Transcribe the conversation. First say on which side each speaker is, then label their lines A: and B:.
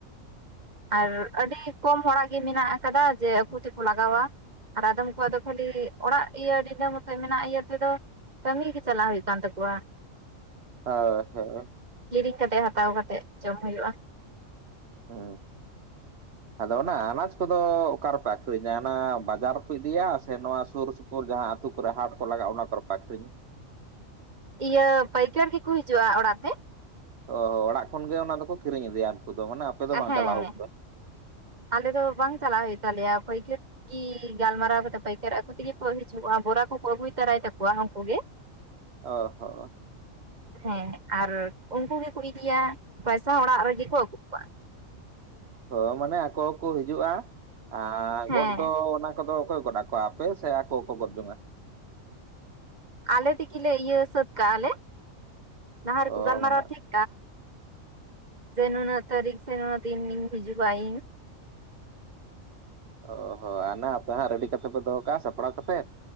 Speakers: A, on the right (about 35°); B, on the right (about 55°).
A: ᱟᱨ ᱟᱹᱰᱤ ᱠᱚᱢ ᱦᱚᱲᱼᱟᱜ ᱜᱮ ᱢᱮᱱᱟᱜ ᱟᱠᱟᱫᱟ ᱡᱮ ᱟᱠᱩ ᱛᱮᱠᱚ ᱞᱟᱜᱟᱣ ᱟ ᱟᱨ ᱟᱫᱚᱢ ᱠᱚᱣᱟᱜ ᱫᱚ ᱠᱷᱟᱹᱞᱤ ᱚᱲᱟᱜ ᱤᱭᱟᱹ ᱰᱤᱱᱟᱹ ᱢᱚᱛᱚ ᱢᱮᱱᱟᱜ ᱤᱭᱟᱹ ᱛᱮᱫᱚ ᱠᱟᱹᱢᱤ ᱜᱮ ᱪᱟᱞᱟᱜ ᱦᱩᱭᱩᱜ ᱠᱟᱱ ᱛᱟᱠᱚᱣᱟ
B: ᱦᱳᱭ ᱦᱳᱭ
A: ᱠᱤᱨᱤᱧ ᱠᱟᱛᱮᱫ ᱦᱟᱛᱟᱣ ᱠᱟᱛᱮᱫ ᱡᱚᱢ ᱦᱩᱭᱩᱜᱼᱟ
B: ᱦᱩᱸ ᱟᱫᱚ ᱚᱱᱟ ᱟᱱᱟᱡ ᱠᱚᱫᱚ ᱚᱠᱟ ᱨᱮᱯᱮ ᱟᱠᱷᱨᱤᱧ ᱟ ᱚᱱᱟ ᱵᱟᱡᱟᱨ ᱯᱮ ᱤᱫᱤᱭᱟ ᱥᱮ ᱱᱚᱣᱟ ᱥᱩᱨ ᱥᱩᱯᱩᱨ ᱡᱟᱦᱟᱸ ᱟᱹᱛᱩ ᱠᱚᱨᱮ ᱦᱟᱴ ᱠᱚ ᱞᱟᱜᱟᱜ ᱚᱱᱟ ᱠᱚᱨᱮ ᱯᱮ ᱟᱹᱠᱷᱨᱤᱧ ᱟ
A: ᱤᱭᱟᱹ ᱯᱟᱹᱭᱠᱟᱹᱨ ᱜᱮ ᱠᱚ ᱦᱤᱡᱩᱜᱼᱟ ᱚᱲᱟᱜ ᱛᱮ
B: ᱚ ᱚᱲᱟᱜ ᱠᱷᱚᱱ ᱜᱮ ᱚᱱᱟ ᱫᱚᱠᱚ ᱠᱤᱨᱤᱧ ᱤᱫᱤᱭᱟ ᱩᱱᱠᱩ ᱫᱚ ᱢᱟᱱᱮ ᱫᱚ ᱵᱟᱝ
A: ᱦᱮᱸ
B: ᱪᱟᱞᱟᱣ ᱦᱩᱭᱩᱜ ᱯᱮ
A: ᱟᱞᱮ ᱫᱚ ᱵᱟᱝ ᱪᱟᱞᱟᱜ ᱦᱩᱭᱩᱜ ᱛᱟᱞᱮᱭᱟ ᱯᱟᱹᱭᱠᱟᱹᱨ ᱠᱤ ᱜᱟᱞᱢᱟᱨᱟᱣ ᱠᱟᱛᱮ ᱯᱟᱹᱭᱠᱟᱹᱨ ᱟᱠᱚ ᱛᱮᱜᱮ ᱠᱚ ᱦᱤᱡᱩᱜᱼᱟ ᱵᱚᱨᱟ ᱠᱚᱠᱚ ᱟᱹᱜᱩ ᱛᱟᱨᱟᱭ ᱛᱟᱠᱚᱣᱟ ᱩᱱᱠᱩ ᱜᱮ
B: ᱚ ᱦᱚ
A: ᱦᱮᱸ ᱟᱨ ᱩᱱᱠᱩ ᱜᱮᱠᱚ ᱤᱫᱤᱭᱟ ᱯᱟᱭᱥᱟ ᱦᱚᱸ ᱚᱲᱟᱜ ᱨᱮᱜᱮ ᱠᱚ ᱟᱹᱜᱩ ᱟᱠᱚᱣᱟ
B: ᱦᱚᱸ ᱢᱟᱱᱮ ᱟᱠᱚ ᱜᱮᱠᱚ ᱦᱤᱡᱩᱜᱼᱟ ᱟᱨ
A: ᱦᱮᱸ
B: ᱜᱚᱫ ᱫᱚ ᱚᱱᱟ ᱠᱚᱫᱚ ᱠᱚᱠᱚᱭ ᱜᱚᱫ ᱟᱠᱚᱣᱟ ᱟᱯᱮ ᱥᱮ ᱟᱠᱚ ᱜᱮᱠᱚ ᱜᱚᱫ ᱡᱚᱜ ᱟ
A: ᱟᱞᱮ ᱛᱮᱜᱤ ᱞᱮ ᱤᱭᱟᱹ ᱥᱟᱹᱛ ᱠᱟᱜᱼᱟ ᱞᱮ ᱞᱟᱦᱟ
B: ᱚ
A: ᱨᱮᱠᱚ ᱜᱟᱞᱢᱟᱨᱟᱣ
B: ᱢᱟᱱᱮ
A: ᱴᱷᱤᱠ ᱥᱮ ᱱᱩᱱᱟᱹᱜ ᱛᱟᱹᱨᱤᱠ ᱥᱮ ᱱᱩᱱᱟᱹᱜ ᱫᱤᱱ ᱤᱧ ᱦᱤᱡᱩᱜᱼᱟ ᱤᱧ
B: ᱚ ᱦᱚᱸ ᱟᱱᱟ ᱟᱯᱮ ᱦᱟᱸᱜ ᱨᱮᱰᱤ ᱠᱟᱛᱮ ᱯᱮ ᱫᱚᱦᱚ ᱠᱟᱜᱼᱟ ᱥᱟᱯᱲᱟᱣ ᱠᱟᱛᱮᱫ